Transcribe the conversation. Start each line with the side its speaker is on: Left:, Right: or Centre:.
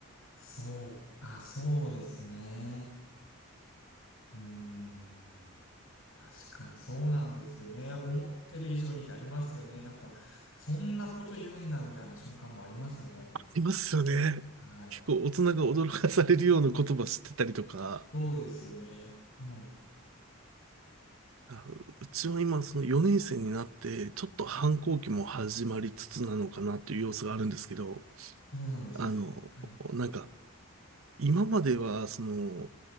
Left: そう、あ、そうですね。うーん。確かにそうなんですよね。思ってる以上にってありますよね。なんか、そんなこと言うんだみたいな瞬間もありますよね、子供。
Right: いますよね。
Left: てはい。
Right: 結構大人が驚かされるような言葉知ってたりとか、
Left: そうですよね。はい。
Right: あうちは今その4年生になって、ちょっと反抗期も始まりつつなのかなという様子があるんですけど、
Left: そうなんですね。
Right: あの、
Left: はい。
Right: なんか、今まではその、